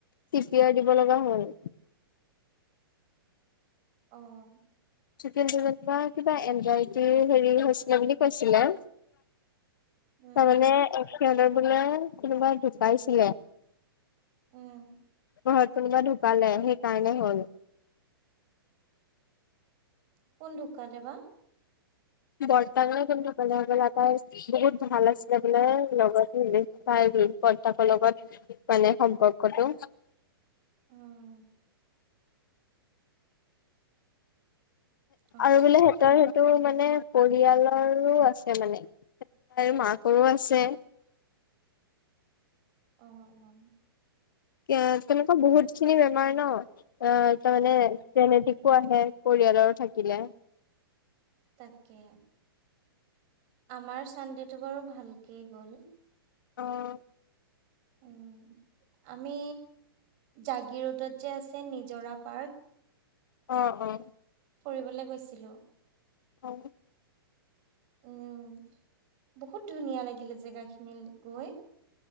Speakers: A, on the left (about 55°); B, on the right (about 30°).
A: চিপিয়াৰ দিব লগা হ'ল।
B: অঁ।
A: <unintelligible> কিবা এনজাইটি হেৰি হৈছিলে বুলি কৈছিলে।
B: উম
A: তাৰমানে সিহঁতৰ বোলে কোনোবা জোকাইছিলে।
B: উম।
A: ঘৰত কোনোবা ঢুকালে সেইকাৰণে হ'ল।
B: কোন ঢুকালে বা?
A: বৰ্তা নে কোনোবা <unintelligible> বোলে হ'বলা বহুত ভাল আছিল বোলে লগত হ- তাই বতাকৰ লগত মানে সম্পৰ্কটো।
B: উম। আচ্ছা
A: আৰু বোলে
B: আচ্ছা
A: সিহঁতৰ- তোৰ মানে পৰিয়ালৰো আছে মানে মাকৰো আছে।
B: অ'।
A: এ তেনেকুৱা বহুত খিনি বেমাৰ ন' অ' তাৰমানে
B: উম
A: জেনেটিক- টো আহে পৰিয়ালৰ থাকিলে।
B: তাকে, আমাৰ চানডে টো বাৰু ভালকে গ'ল।
A: অ'।
B: উম, আমি জাগিৰোডত যে আছে নিজৰা পাৰ্ক।
A: অঁ অঁ।
B: ফুৰিবলে গৈছিলোঁ।
A: অ'।
B: উম, বহুত ধুনীয়া লাগিলে জেগাখিনি গৈ।